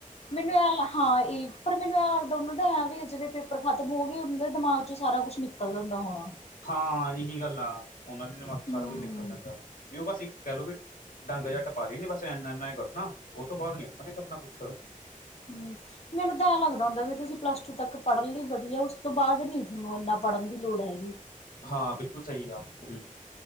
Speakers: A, on the left; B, on the left.
A: ਮੈਨੂੰ ਐ ਹਾਂ, ਇਹ ਪਰ ਮੈਨੂੰ ਐਂ ਲੱਗਦਾ ਉਹਨਾਂ ਦਾ, ਐ ਵੀ ਜਿਵੇ ਪੇਪਰ ਖਤਮ ਹੋ ਗਏ ਦੇ। ਦਿਮਾਗ ਚੋਂ ਸਾਰਾ ਕੁੱਛ ਨਿਕਲ ਜਾਂਦਾ ਹੋਣਾ।
B: ਹਾਂ ਇਹੀ ਗੱਲ ਆ, ਉਹਨਾਂ ਦੇ ਦਿਮਾਗ
A: ਹੂੰ
B: ਸਾਰਾ ਕੁਝ ਨਿਕਲ ਜਾਂਦਾ, ਵੀ ਉਹ ਬਸ ਇੱਕ ਕਹਿ ਲਓ ਵੀ ਡੰਗ ਜਿਹਾ ਟਪਾ ਰਹੀ ਸੀ, ਬਸ ਇੰਨਾ- ਇਨਾ ਕਰਨਾ ਉਹ ਤੋਂ ਬਾਅਦ ਨੀ ਆਪਾਂ ਨੇ ਕਰਨਾ ਕੁਛ।
A: ਹੂੰ। ਮੈਨੂੰ ਤਾਂ ਐਂ ਲੱਗਦਾ ਹੁੰਦਾ ਵੀ ਤੁਸੀਂ ਪਲੱਸ ਟੂ ਤੱਕ ਪੜਨ ਲਈ ਵਧੀਆ, ਉਸ ਤੋਂ ਬਾਅਦ ਨੀ ਤੁਹਾਨੂੰ ਇੰਨਾ ਪੜਨ ਦੀ ਲੋੜ ਹੈਗੀ।
B: ਹਾਂ, ਬਿਲਕੁਲ ਸਹੀ ਆ ਹੂੰ।